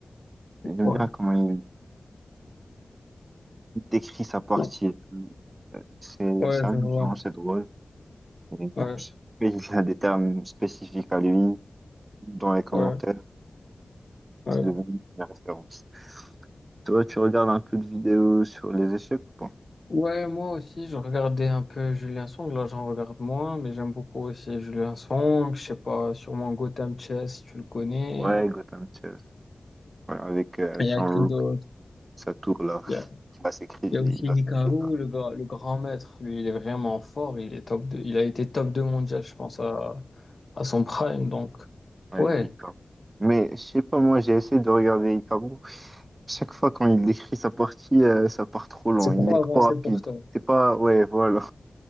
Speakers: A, on the right; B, on the left.
A: J'aime
B: Ouais,
A: bien comment il, il décrit sa partie
B: ouais,
A: et tout. Euh, C'est
B: ouais,
A: c'est amusant,
B: je vois.
A: c'est drôle. Et,
B: Ouais,
A: euh, je- il a des termes spécifiques à lui dans les commentaires.
B: ouais, ouais.
A: C'est devenu une référence. Toi, tu regardes un peu de vidéos sur les échecs ou pas?
B: Ouais, moi aussi, je regardais un peu Julien Song. Là, j'en regarde moins, mais j'aime beaucoup aussi Julien Song. Je sais pas, sûrement Gotham Chess, si tu le connais.
A: Ouais, Gotham Chess. Ouais, avec euh,
B: Il
A: son
B: y a qui
A: look,
B: d'autre?
A: sa tour là,
B: Il y a,
A: qui va s'écrire, il
B: il y a aussi Hikaru,
A: a sa tête.
B: le, gra- le grand maître. Lui, il est vraiment fort. Il est top 2. Il a été top 2 mondial, je pense, à, à son prime. Donc,
A: Ouais,
B: ouais,
A: Hikaru. Mais je sais pas, moi j'ai essayé de regarder Hikaru. Chaque fois quand il décrit sa partie, euh, ça part trop loin.
B: c'est
A: Il
B: trop
A: est
B: avancé
A: trop rapide.
B: pour toi.
A: C'est pas, ouais, voilà.